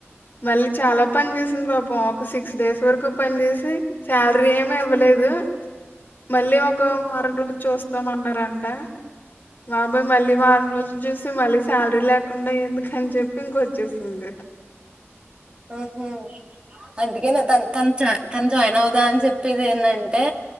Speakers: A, on the left (about 40°); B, on the right (about 25°).
A: మళ్ళీ చాలా పని చేసింది పాపం ఒక సిక్స్ డేస్ వరకు పని చేసి శాలరీ ఏమి ఇవ్వలేదు మళ్ళీ ఒక వారం రోజులు చూస్తాం అన్నారంట బాబోయ్ మళ్ళీ వారం రోజులు చూసి మళ్ళీ శాలరీ లేకుండా ఎందుకు అని చెప్పి ఇంకొచ్చేసింది
B: ఊహూ అందుకేనా తను తను త జాయిన్ అవుదా అని చెప్పేది ఎందంటే